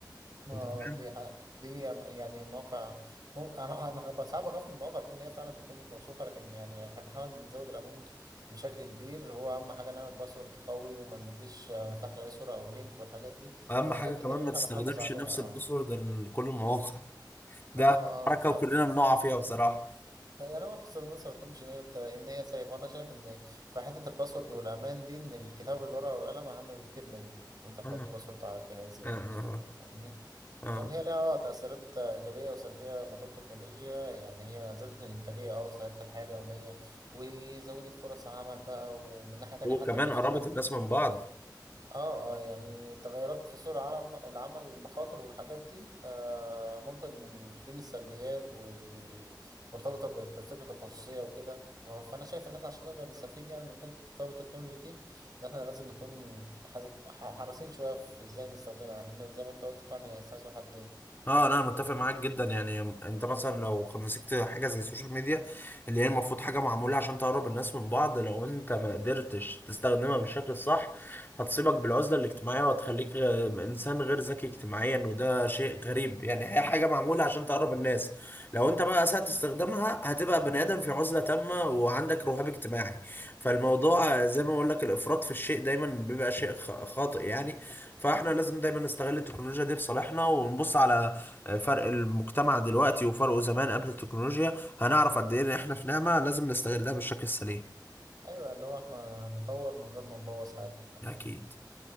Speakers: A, on the right (about 60°); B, on the left (about 30°).
A: ما
B: انت فاهم؟
A: دي ح- دي يعني موقع ممكن انا انا غ- صعب اخاف من المواقع دي ان هي فعلا تكون مش موثوقه لكن يعني احنا بنحاول نزود الامان بشكل كبير هو اهم حاجه نعمل باسورد قوي وما نديش ما نفتحش اي صوره او لينك والحاجات دي
B: اهم
A: يعني
B: حاجه
A: حاجات
B: كمان
A: كتير
B: ما
A: ان احنا
B: تستخدمش
A: بنحافظ عليها
B: نفس
A: اه
B: الباسورد لكل المواقع ده
A: اه
B: حركه
A: اه فعلا
B: وكلنا بنقع فيها بصراحه
A: يعني انا بحس الناس ما بتحبش ان هي ت- ان هي سيف وانا شايف ان في حته الباسورد والامان دي ان الكتاب بالورقه والقلم اهم بكتير من إن انت تحط
B: آه،
A: باسورد على الجهاز يعني
B: آه،
A: فاهمني؟
B: آه.
A: يعني هي ليها آه تأثيرات آه، إيجابية وسلبية موضوع التكنولوجيا يعني هي زادت من الإنتاجية أه وسهلت الحياة اليومية وزودت فرص عمل بقى ومن ناحية تانية
B: وكمان
A: حتى في
B: قربت
A: تحد
B: الناس من بعض
A: اه اه يعني تغيرات في سوق العالم العمل والمخاطر والحاجات دي آه ممكن دي من السلبيات والمرتبطة ب- بفكرة الخصوصية وكده و- فأنا شايف إن إحنا عشان نقدر نستفيد يعني من حتة التطور التكنولوجي دي إن إحنا لازم نكون حز- ح- حريصين شوية في إزاي نستخدمها يعني زي ما أنت قلت فعلا هي سلاح ذو حدين
B: اه لا انا متفق معاك جدا يعني انت مثلا لو مسكت حاجه زي السوشيال ميديا اللي هي المفروض حاجه معموله عشان تقرب الناس من بعض لو انت ما قدرتش تستخدمها بالشكل الصح هتصيبك بالعزله الاجتماعيه وهتخليك غ- انسان غير ذكي اجتماعيا وده شيء غريب يعني هي حاجه معموله عشان تقرب الناس لو انت بقى اسأت استخدامها هتبقى بني ادم في عزله تامه وعندك رهاب اجتماعي فالموضوع آه، زي ما بقول لك الافراط في الشيء دايما بيبقى شيء خ- خاطئ يعني فاحنا لازم دايما نستغل التكنولوجيا دي في صالحنا ونبص على فرق المجتمع دلوقتي وفرقه زمان قبل التكنولوجيا هنعرف قد ايه ان احنا في نعمة لازم نستغلها بالشكل السليم
A: أيوه اللي هو إحنا نطور من غير ما نبوظ حاجة
B: اكيد